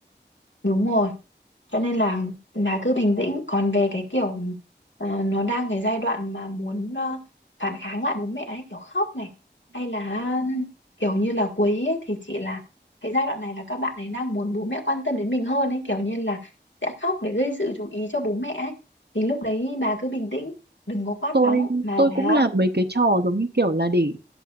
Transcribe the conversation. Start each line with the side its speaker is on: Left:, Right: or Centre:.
Left: đúng rồi cho nên là bà cứ bình tĩnh còn về cái kiểu ờ, nó đang cái giai đoạn mà muốn ờ, phản kháng lại bố mẹ ấy kiểu khóc này hay là kiểu như là quấy ấy thì chị là cái giai đoạn này là các bạn ấy đang muốn bố mẹ quan tâm đến mình hơn ấy kiểu như là sẽ khóc để gây sự chú ý cho bố mẹ ấy thì lúc đấy bà cứ bình tĩnh đừng có quát
Right: tôi
Left: mắng mà
Right: tôi
Left: là
Right: cũng làm mấy cái trò giống như kiểu là để